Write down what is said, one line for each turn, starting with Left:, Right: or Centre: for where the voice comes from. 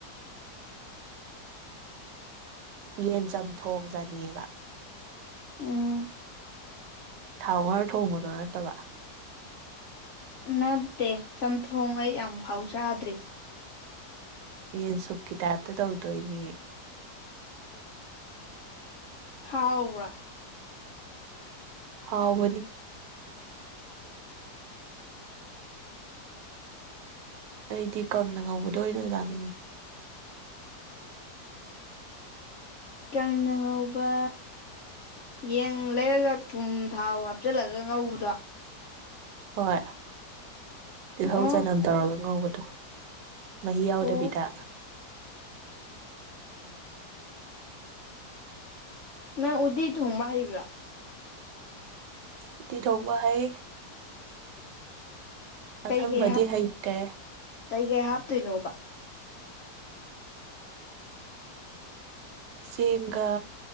Right: ꯌꯦꯟ ꯆꯝꯊꯣꯡ ꯆꯅꯤꯡꯉꯦꯕ
Left: ꯎꯝ
Right: ꯊꯥꯎ ꯉꯔꯒ ꯊꯣꯡꯕꯗꯣ ꯅꯠꯇꯕ
Left: ꯅꯠꯇꯦ ꯆꯝꯊꯣꯡ ꯑꯩ ꯑꯃꯨꯛꯐꯥꯎ ꯆꯥꯗ꯭ꯔꯤ
Right: ꯌꯦꯟ ꯁꯨꯞꯀꯤ ꯇꯥꯏꯞꯇ ꯇꯧꯗꯣꯏꯅꯦ
Left: ꯍꯥꯎꯕꯔꯥ
Right: ꯍꯥꯎꯕꯅꯤ ꯑꯩꯗꯤ ꯀꯪꯅ ꯉꯧꯕꯗꯣ ꯑꯣꯏꯅ ꯆꯥꯅꯤꯡꯏ
Left: ꯀꯪꯅ ꯉꯧꯕꯥ ꯌꯦꯟ ꯂꯩꯔꯒ ꯊꯨꯝ ꯊꯥꯎ ꯍꯥꯞꯆꯤꯜꯂꯒ ꯉꯧꯕꯗꯣ
Right: ꯍꯣꯏ ꯇꯤꯜꯍꯧ
Left: ꯑꯣ
Right: ꯆꯅꯝ ꯇꯧꯔꯒ ꯉꯧꯕꯗꯣ ꯃꯍꯤ ꯌꯥꯎꯗꯕꯤꯗ
Left: ꯑꯣ ꯅꯪ ꯎꯗꯤ ꯊꯣꯡꯕ ꯍꯩꯕ꯭ꯔꯣ
Right: ꯎꯇꯤ ꯊꯣꯛꯕ ꯍꯩ
Left: ꯀꯩꯀꯩ
Right: ꯑꯁꯪꯕꯗꯤ
Left: ꯍꯥꯞ
Right: ꯍꯩꯇꯦ
Left: ꯀꯩꯀꯩ ꯍꯥꯞꯇꯣꯏꯅꯣꯕ
Right: ꯆꯦꯡꯒ